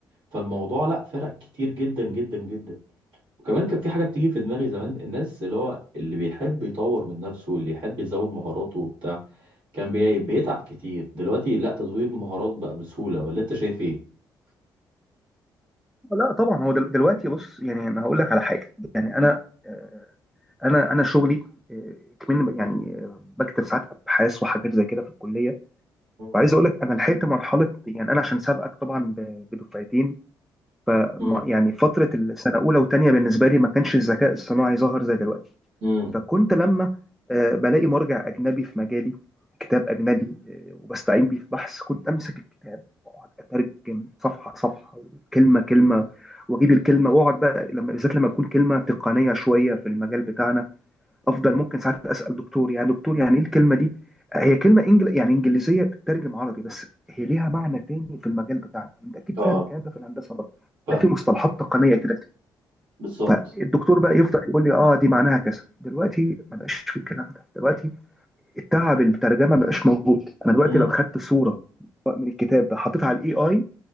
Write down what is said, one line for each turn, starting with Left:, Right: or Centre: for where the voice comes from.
Right: فالموضوع لا فرق كتير جدا جدا جدا وكمان كان في حاجه بتيجي في دماغي زمان الناس اللي هو اللي بيحب يطور من نفسه واللي يحب يزود مهاراته وبتاع كان بي- بيتعب كتير دلوقتي لا تزويد المهارات بقى بسهوله ولا انت شايف
Centre: لا طبعا هو دل... دلوقتي بص يعني انا هقول لك على حاجه يعني انا آه، انا انا شغلي آه، كمان يعني آه، بكتب ساعات ابحاث وحاجات زي كده في الكليه
Right: ايه؟
Centre: وعايز اقول لك انا لحقت مرحله يعني انا عشان سابقك طبعا ب- بدفعتين
Right: مم.
Centre: ما- يعني فتره السنه اولى وثانيه بالنسبه لي ما كانش الذكاء الصناعي ظهر زي دلوقتي
Right: مم.
Centre: فكنت لما آه، بلاقي مرجع اجنبي في مجالي كتاب اجنبي آه، وبستعين بيه في بحث كنت امسك الكتاب واقعد اترجم صفحه صفحه وكلمه كلمه واجيب الكلمه واقعد بقى لما بالذات لما تكون كلمه تقنيه شويه في المجال بتاعنا افضل ممكن ساعات اسال دكتور يعني دكتور يعني ايه الكلمه دي هي كلمه انجل يعني انجليزيه بتترجم عربي بس هي ليها معنى تاني في المجال بتاعنا انت اكيد
Right: اه
Centre: فاهم الكلام ده في الهندسه برضه
Right: فاهم
Centre: ده في مصطلحات تقنيه كده
Right: بالظبط
Centre: فالدكتور بقى يفضل يقول لي اه دي معناها كذا دلوقتي ما بقاش في الكلام ده دلوقتي التعب الترجمه ما بقاش موجود انا دلوقتي
Right: مم.
Centre: لو خدت صوره من الكتاب ده حطيتها على الاي اي